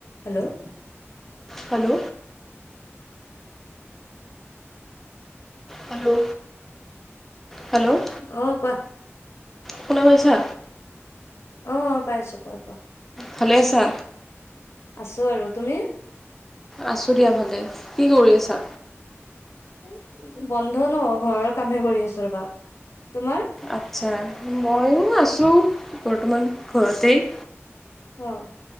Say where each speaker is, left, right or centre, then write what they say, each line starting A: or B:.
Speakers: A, on the left (about 65°); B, in the centre.
A: Hello
B: hello. Hello, hello
A: অ কোৱা
B: শুনা পাইছা?
A: অ পাইছোঁ, কোৱা কোৱা।
B: ভালে আছা?
A: আছো আৰু, তুমি?
B: আছো দিয়া ভালে। কি কৰি আছা?
A: এই বন্ধ ন, ঘৰৰ কামে কৰি আছো ৰবা, তোমাৰ?
B: আচ্ছা ময়ো আছোঁ বৰ্তমান ঘৰতেই।
A: অঁ